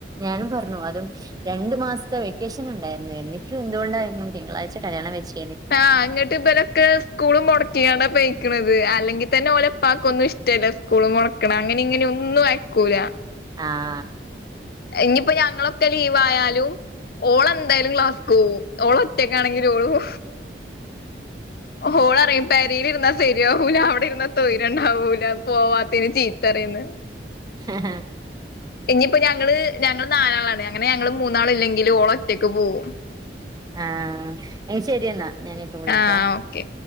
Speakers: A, on the right (about 20°); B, on the left (about 55°).
A: ഞാനും പറഞ്ഞു അതും രണ്ടു മാസത്തെ വെക്കേഷൻ ഉണ്ടായിരുന്നു എന്നിട്ടുംഎന്തുകൊണ്ടായിരുന്നു തിങ്കളാഴ്ച കല്യാണം കഴിച്ച്
B: ആ എങ്ങിട്ട് ഇബലൊക്കെ സ്കൂളും മൊടക്കി <unintelligible> പോയ് അല്ലെങ്കി തന്നെ ഓലുപ്പാക്കൊന്നും ഇഷ്ടല്ല സ്കൂള് മുടക്കണ അങ്ങനെ ഇങ്ങനെ ഒന്നും അയക്കൂല
A: ആ അ
B: എനിയിപ്പോ ഞങ്ങളൊക്കെ ലീവായാലും ഓളെന്തായാലും ക്ലാസ്ക്ക് പോവും ഓളറ്റയ്ക്കാണെങ്കിലും ഓള്പോം ഓളറിയും പെരെലിരുന്നാ സെരിയാവൂല അവിടെ ഇരുന്ന തൊയി ണ്ടാവൂല പോവാത്തേന് ചീത്തറയ്ന്ന്
A: ഹ ഹ
B: ഇനിപ്പോ ഞങ്ങള് ഞങ്ങള് നാലാളാണ് അങ്ങനെ ഞങ്ങള് മൂന്നാളില്ലെങ്കിലും ഓളൊറ്റക്ക് പോവും
A: ആ എങ്കിൽ ശരിയെന്നാ ഞാനിപ്പ വിളിക്കാം
B: ആഹ് ഓക്കെ